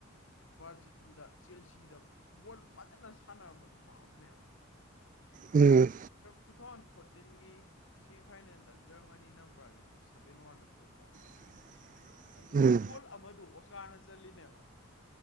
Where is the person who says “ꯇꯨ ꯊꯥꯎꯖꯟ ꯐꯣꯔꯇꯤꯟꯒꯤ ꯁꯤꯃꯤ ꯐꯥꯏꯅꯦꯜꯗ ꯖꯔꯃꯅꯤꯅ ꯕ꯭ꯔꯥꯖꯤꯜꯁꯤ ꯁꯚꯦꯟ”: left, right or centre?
Left